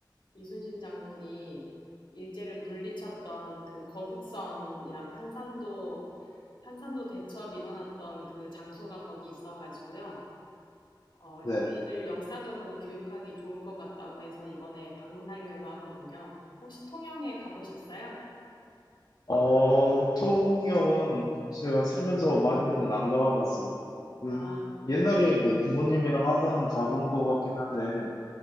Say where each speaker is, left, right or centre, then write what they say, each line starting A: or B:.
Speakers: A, on the left (about 80°); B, on the left (about 50°).
A: 이순신 장군이 일제를 물리쳤던 그 거북선이랑 한산도 한산도 대첩 일어났던 그 장소가 거기 있어가지고요. 어,
B: 네.
A: 아이들 역사적으로 교육하기 좋을 것 같다고 해서 이번에 방문하려고 하거든요. 혹시 통영에 가보셨어요?
B: 어, 통영은 제가 살면서 많이는 안 가봤습니다. 그,
A: 아, 그래요?
B: 옛날에 뭐 부모님이랑 한 번은 가본 것 같긴 한데,